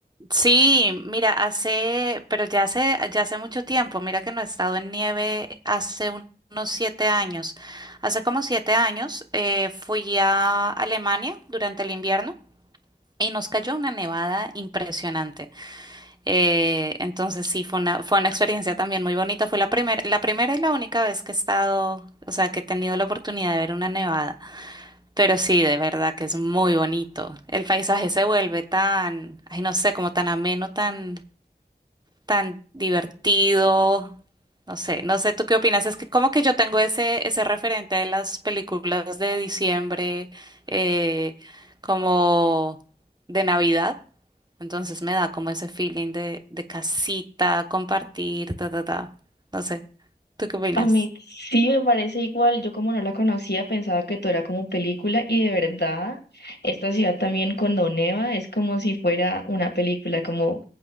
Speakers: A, on the right; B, on the left.
A: Sí, mira, hace, pero ya hace, ya hace mucho tiempo, mira que no he estado en nieve hace un- unos siete años. Hace como siete años eh, fui a Alemania durante el invierno y nos cayó una nevada impresionante. Eh, entonces sí, fue una, fue una experiencia también muy bonita. Fue la primera, la primera y la única vez que he estado, o sea, que he tenido la oportunidad de ver una nevada. Pero sí, de verdad que es muy bonito. El paisaje se vuelve tan, ay, no sé, como tan ameno, tan tan divertido. No sé, no sé, ¿tú qué opinas? Es que como que yo tengo ese, ese referente de las películas de diciembre, eh, como de Navidad. Entonces me da como ese feeling de, de casita, compartir, ta, ta, ta. No sé, ¿tú qué opinas?
B: A mí sí me parece igual, yo como no la conocía pensaba que todo era como película y de verdad esta ciudad también cuando neva es como si fuera una película, como,